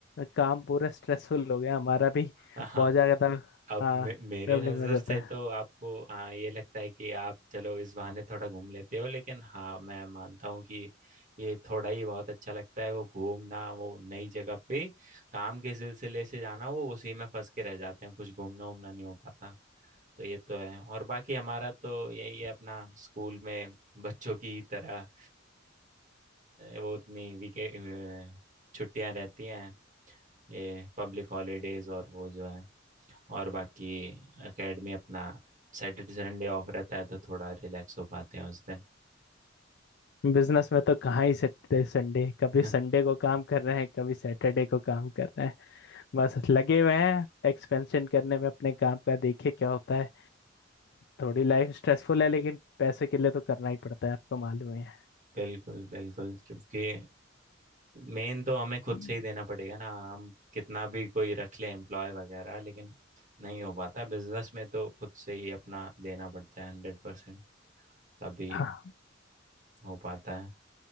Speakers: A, on the left (about 60°); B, on the right (about 40°).
A: काम पूरा स्ट्रेसफुल हो गया हमारा भी
B: हाँ हाँ।
A: बहुत ज़्यादा
B: अब
A: हाँ
B: मे मेरी
A: ट्रेवलिंग
B: नज़र
A: हो जाता
B: से
A: है
B: तो आपको हाँ ये लगता है कि आप चलो इस बहाने थोड़ा घूम लेते हो लेकिन हाँ मैं मानता हूँ कि ये थोड़ा ही बहुत अच्छा लगता है वो घूमना वो नई जगह पे काम के सिलसिले से जाना वो उसी में फंस के रह जाते हैं कुछ घूमना उमना नहीं हो पाता तो ये तो है और बाकी हमारा तो यही है अपना स्कूल में बच्चों की तरह अ, वो उतनी वीके छुट्टियां रहती हैं ये पब्लिक हॉलीडेज और वो जो है और बाकी एकेडमी अपना सैटरडे संडे ऑफ रहता है तो थोड़ा रिलैक्स हो पाते हैं उस दिन
A: बिजनेस में तो कहाँ ही सैटरडे संडे कभी
B: <laughs>
A: संडे को काम कर रहे हैं कभी सैटरडे को काम कर रहे हैं बस लगे हुए हैं एक्सपेंशन करने में अपने काम का देखे क्या होता है थोड़ी लाइफ स्ट्रेसफुल है लेकिन पैसे के लिए तो करना ही पड़ता है आपको मालूम ही है
B: बिल्कुल बिल्कुल क्योंकि मेन तो हमें खुद
A: हम्म।
B: से ही देना पड़ेगा ना हम कितना भी कोई रख ले एम्प्लॉय वगैरह लेकिन नहीं हो पाता बिजनेस में तो खुद से ही अपना देना पड़ता है हंड्रेड परसेंट तभी
A: हाँ
B: हो पाता है